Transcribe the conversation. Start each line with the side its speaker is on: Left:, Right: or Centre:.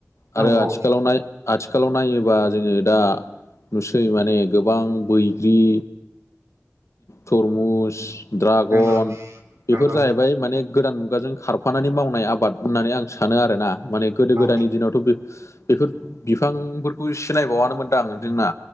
Left: आरो
Right: औ औ
Left: आथिखालाव नय-आथिखालाव नायोबा जोङो दा। नुसै माने गोबां बैग्रि थरमुस। ड्रागन
Right: नंगौ
Left: बेफोर
Right: नंगौ
Left: जाहैबाय माने गोदान मुगाजों। खारफानानै मावनाय आबाद होननानै आं सानो आरोोना माने गोदो
Right: औ
Left: गोदायनि दिनावथ बे बेफोर बिफांफोरखौ सिनायबावानो मोनदां जोंना।